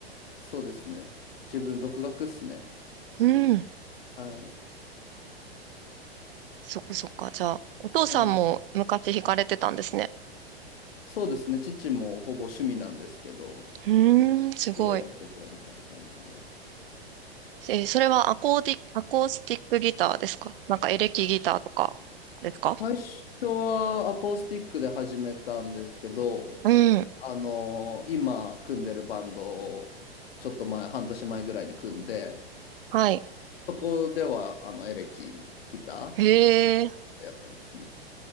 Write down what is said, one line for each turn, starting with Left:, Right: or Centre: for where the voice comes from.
Left: そうですね。自分独学っすね。
Right: うん。
Left: はい。
Right: そっかそっか。じゃあ、お父さんも昔弾かれてたんですね。
Left: はい。そうですね。父もほぼ趣味なんですけど、
Right: うーん、すごい。
Left: 一応やっててみたいな感じで。
Right: えーそれはアコーディ、アコースティックギターですかなんかエレキギターとかですか
Left: 最初はアコースティックで始めたんですけど、
Right: うん。
Left: あの今組んでるバンドをちょっと前、半年前ぐらいに組んで、
Right: はい。
Left: そこではあのエレキギター、
Right: へえ、
Left: やってますね。